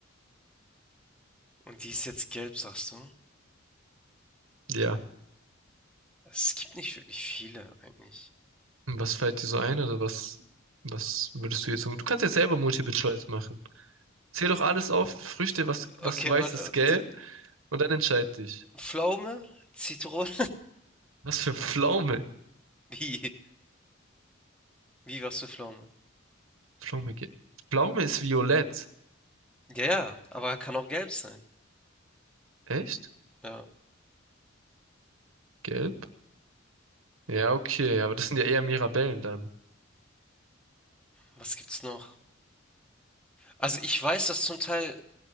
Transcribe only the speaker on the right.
ja.
Und was fällt dir so ein oder was, was würdest du jetzt so? Du kannst jetzt selber Multiple Choice machen. Zähl doch alles auf, Früchte, was, was
du weißt,
ist gelb
und dann entscheid dich.
Was für Pflaume?
Pflaume, ge- Pflaume ist violett.
Echt?
Gelb? Ja, okay, aber das sind ja eher Mirabellen dann.